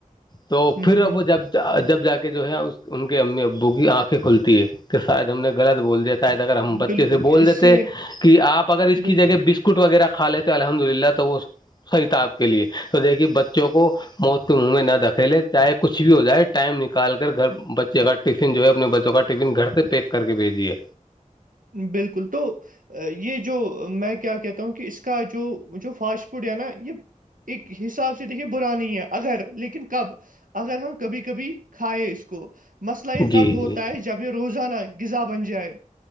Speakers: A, on the left; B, on the right.
A: تو
B: ہوں
A: پھر
B: ہوں
A: ا جب جب جا کے جو ہے ان کے امی ابو کی آنکھیں کھلتی ہے کہ شاید ہم نے غلط بول دیا شاید
B: ہوں
A: اگر ہم بچے
B: بالکل
A: سے بول
B: اس
A: دیتے
B: سے
A: کہ آپ اگر اس
B: بالکل
A: کی جگہ بسک اسکٹ وغیرہ کھا لیتے الحمد للہ تو وہ صحیح تھا آپ کے لیے تو دیکھیے بچوں کو موت کے منہ میں نہ دکھھیلے چاہے کچھ بھی ہو جائے ٹائم نکل کال کر گھر بچے کا ٹفن جو ہے اپنے بچوں کا ٹفن گھر سے پیک کر کے بھیجیے
B: بالکل تو <unintelligible> یہ جو میں کیا کہتا ہوں کہ اس کا جو جو فاسٹ فوڈ ہے نا یہ ایک حساب سے دیکھیے بانی ہے اگر لیکن کب اگر ہم کبھی کبھی کھائے اس کو مسئلہ یہ
A: جی
B: تب
A: جی
B: ہوتا ہے جب یہ روزانہ غذا بن جائے